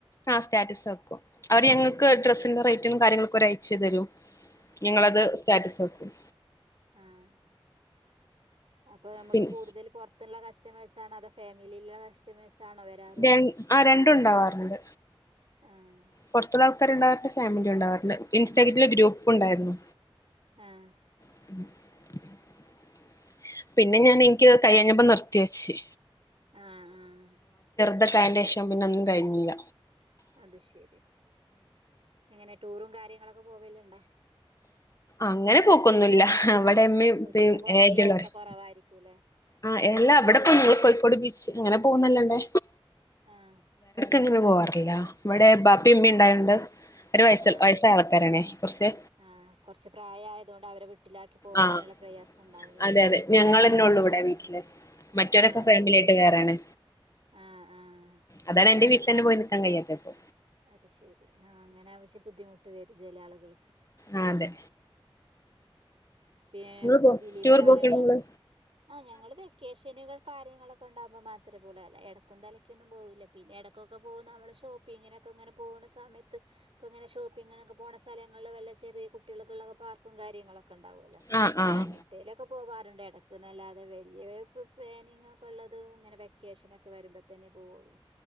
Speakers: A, on the left; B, on the right.
A: ആഹ് സ്റ്റാറ്റസ് വെയ്‌ക്കും അവര് ഞങ്ങൾക്ക്
B: ആഹ്
A: ഡ്രസ്സിന്റെ റേറ്റും കാര്യങ്ങളൊക്കെ അയച്ച് തരും ഞങളത്
B: ആഹ്
A: സ്റ്റാറ്റസ് വെയ്ക്കും
B: ആഹ് അപ്പൊ നമുക്ക്
A: പിന്നെ
B: കൂടുതലും പുറത്തുള്ള കസ്റ്റമേഴ്സ് ആണ അതോ ഫാമിലിയിലുള്ള കസ്റ്റമേഴ്സ് ആണോ വരാറ്
A: ര രണ്ടും ഉണ്ടാവാറുണ്ട്
B: ആഹ്
A: പൊറത്തുള്ള ഫാമിലി ഉണ്ടാവുണ്ടാർന്നു ഇൻസ്റ്റാഗ്രറ്റിൽ ഒരു ഗ്രൂപ്പ് ഉണ്ടായിരുന്നു
B: ആഹ്
A: <inaudible> പിന്നെ ഞാൻ എനിക്ക് കൈ വയ്യാഞ്ഞപ്പോ നിർത്തി വച്ച്
B: ആഹ് ആഹ്
A: അതിന്റെ ശേഷം പിന്നേ ഒന്നും കഴിഞ്ഞില്ല
B: അത് ശെരി എങ്ങനെ ടൂറും കാര്യങ്ങളൊക്കെ പോവല്ലണ്ടാ
A: അങ്ങനെ പോക്കൊന്നുല്ല അവിടെഉമ്മ ഉപ്പയും
B: പൊതുവേ
A: <unintelligible>
B: പുറത്ത് യാത്ര കുറവായിരിക്കൂല്ലേ
A: ആഹ് അല്ലാ അവിടെ കോഴിക്കോട് ബീച്ച് അങ്ങനെ പോകുന്നല്ലണ്ടേ
B: ആഹ്
A: ഇങ്ങനെ പോവാറില്ല ഇവിടെ ബാപ്പിമ്മി ഉണ്ടായോണ്ട് അവര് വയസ്
B: ആഹ്
A: വയസ്സായ ആൾക്കാരണെ കുറച്ച്
B: ആഹ് കുറച്ച് പ്രായമായതുകൊണ്ട് അവരെ വീട്ടിലാക്കി പോവാനുള്ള
A: ആഹ്
B: പ്രയാസം ഉണ്ടാവുംല്ലേ
A: അതെ അതെ ഞങ്ങെന്നെ ഉള്ളൂ ഇവിടെ വീട്ടില് മറ്റവരൊക്കെ
B: ആഹ്
A: ഫാമിലിയായിട്ട്
B: ആഹ്
A: വേറെയാണ്
B: ആഹ് ആഹ്
A: അതാണ് എന്റെ വീട്ടിൽന്നെ പോയി നിക്കാ കയില്ലാപ്പോ
B: അത് ശെരി ആഹ് അങ്ങനെ ആവശ്യ ബുദ്ധിമുട്ട് വരും ചില ആളുകൾ
A: ആഹ് അതെ
B: ഉം പി
A: നിങ്ങള് പോ
B: ഫിലിം
A: ടൂർ
B: കാണുവാണോ
A: പോക്കുണ്ടോ നിങ്ങള്
B: ആഹ് ഞങ്ങള് വെക്കേഷനുകൾ കാര്യങ്ങളൊക്കെ ഉണ്ടകുമ്പോൾ മാത്രേ പോവുള്ളൂ അല്ലാതെ ഇടക്കുംലക്കൊന്നും പോകില്ല പിന്നെ ഇടക്കൊക്കെ പോകുന്ന നമ്മൾ ഷോപ്പിങ്ങിനെ ങ്ങനെ പോകുന്ന സമയത്ത് പിന്നെ ഷോപ്പിംഗപ്പോണ സ്‌ഥലങ്ങളില് വല്ല ചെറിയ കുട്ടികൾക്കുള്ള പാർക്കും കാ ര്യംങ്ങാള്ളോക്കേ ഉണ്ടാവുല്ലോ
A: ആഹ് ആഹ്
B: അങ്ങനത്തെ പോകാറുണ്ട് ഇടക്ക്ന്നല്ലാതെ വലിയ പ്ലാനിങ്ങഒക്കെള്ളത് ഇങ്ങനെ വെക്കേഷനൊക്കെ വരുമ്പോൾത്തന്നെ പോകുന്ന